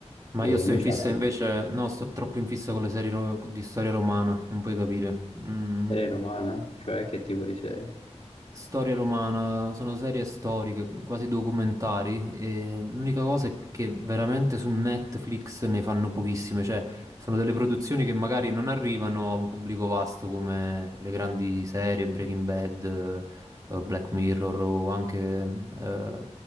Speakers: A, on the right; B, on the left.
A: Ma
B: E
A: io sto
B: invece
A: in fissa
B: altre
A: invece, no, sto troppo in fissa con le serie ro- di storia romana, non puoi capire. Mm,
B: serie romana, cioè che tipo di serie?
A: Storia romana, sono serie storiche, quasi documentari, e l'unica cosa è che veramente su Netflix ne fanno pochissime, cioè sono delle produzioni che magari non arrivano a un pubblico vasto come le grandi serie, Breaking Bad, eh, eh, Black Mirror o anche eh,